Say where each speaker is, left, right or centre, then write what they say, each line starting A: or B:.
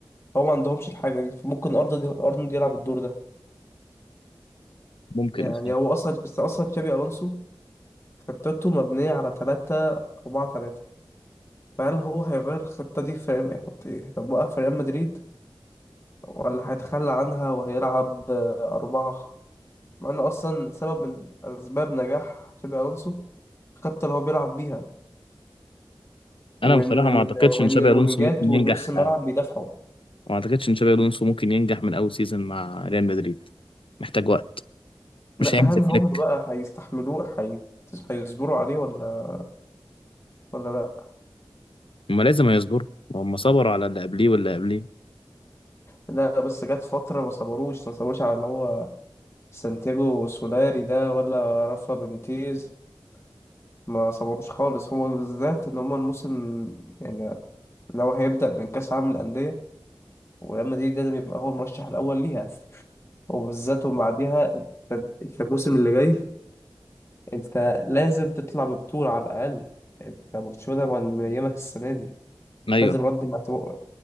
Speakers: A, on the left (about 30°); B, on the left (about 80°).
A: هو ما عندهمش الحاجة دي فممكن ارنولد ارنولد يلعب الدور ده
B: ممكن
A: يعني هو اصلا بس اصلا تشابي الونسو خطته مبنية على تلاتة أربعة تلاتة فهل هو هيغير الخطة دي في ريال- يحط إيه؟ هيطبقها في ريال مدريد ولا هيتخلى عنها وهيلعب آه، أربعة مع إن أصلا سبب من أسباب نجاح تشابي ألونسو الخطة اللي هو بيلعب بيها وإن
B: انا بصراحه
A: ال...
B: ما اعتقدش
A: وإن
B: ان شابي
A: الوينجات
B: الونسو ممكن
A: والنص
B: ينجح
A: الملعب بيدافعوا
B: وما اعتقدش ان شابي الونسو ممكن ينجح من اول سيزون مع ريال مدريد محتاج وقت
A: لا
B: مش هيعمل
A: هل
B: زي فليك
A: هم بقى هيستحملوه هي... هيصبروا عليه ولا ولا لا
B: هما لازم هيصبروا وهم صبروا على اللي قبليه واللي قبليه
A: لا بس جت فترة ما صبروش ما صبروش على اللي هو سانتياغو سولاري ده ولا رافا بينيتيز ما صبروش خالص هما بالذات ان هما الموسم يعني لو هيبدأ من كأس عالم الأندية وريال مدريد لازم يبقى هو المرشح الأول ليها وبالذات وبعديها انت انت الموسم اللي جاي انت لازم تطلع ببطولة على الأقل انت برشلونة من من أيامك السنة دي
B: ايوه
A: لازم رد مع تبقى